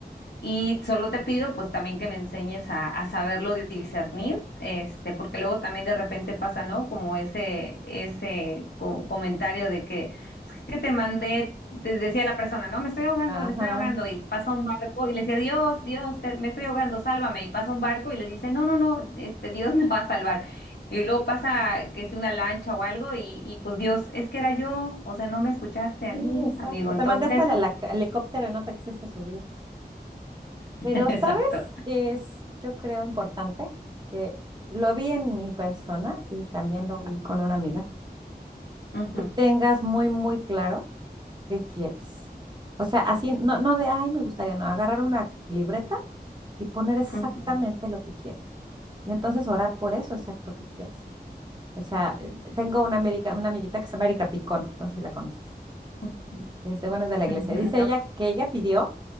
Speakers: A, on the left; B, on the right.
A: Y solo te pido, pues también que me enseñes a, a saberlo discernir, este, porque luego también de repente pasa, ¿no? Como ese, ese co- comentario de que es que te mandé, te decía la persona, no, me estoy ahogando,
B: Ajá,
A: me estoy ahogando, y pasa un barco y le decía, Dios, Dios, te- me estoy ahogando, sálvame, y pasa un barco y le dice, no, no, no, este, Dios <laughs> me va a salvar. Y luego pasa que si una lancha o algo, y, y pues Dios, es que era yo, o sea, no me escuchaste
B: sí,
A: a mí,
B: exacto.
A: amigo, entonces,
B: Te mandé hasta el, helic- helicóptero y no te quisiste subir.
A: <laughs>
B: Pero
A: exacto.
B: ¿sabes qué es, yo creo, importante? Que lo vi en mi persona y también lo vi con una amiga,
A: Ujú,
B: que tengas muy, muy claro qué quieres. O sea, así, no, no de, ay, me gustaría, no, agarrar una libreta y poner exactamente
A: ujú.
B: lo que quieres. Y entonces orar por eso exacto que quieres. O sea, eh, tengo una, América, una amiguita que se llama Erika Picón, no sé si la conoces.
A: Ujú,
B: Este, bueno, es de la iglesia.
A: ujú,
B: Dice
A: No.
B: ella que ella pidió